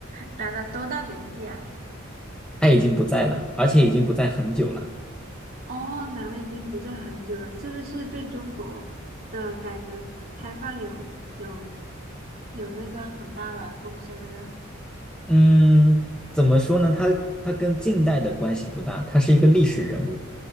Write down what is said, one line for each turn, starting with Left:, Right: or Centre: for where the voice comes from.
Right: 男的多大年纪啊？
Centre: <laughs> 他已经不在了，而且已经不在很久了。
Right: 哦，男的已经不在很久了，是不是对中国的改革开放有有有那个很大的贡献？那个
Centre: 嗯，怎么说呢？他他跟近代的关系不大，他是一个历史人物。